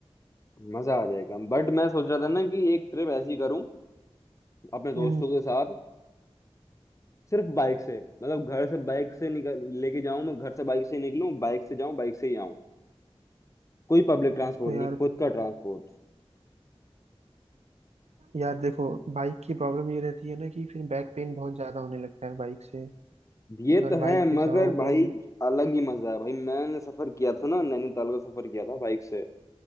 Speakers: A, on the left; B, on the right.
A: मजा आ जाएगा बट मैं सोच रहा था ना कि एक ट्रिप ऐसी करूं अपने दोस्तों
B: तो
A: के साथ सिर्फ बाइक से मतलब घर से बाइक से निकल लेके जाऊं मैं घर से बाइक से निकलूं बाइक से जाऊं बाइक से ही आऊं कोई पब्लिक ट्रांसपोर्ट
B: तो यार
A: नहीं खुद का ट्रांसपोर्ट
B: यार देखो बाइक की प्रॉब्लम ये रहती है ना कि फिर बैक पेन बहुत ज्यादा होने लगता है बाइक से
A: ये
B: अगर
A: तो है
B: बाइक
A: मगर
B: पे जाओगे
A: भाई अलग ही मजा है भाई मैंने सफर किया था ना नैनीताल का सफर किया था बाइक से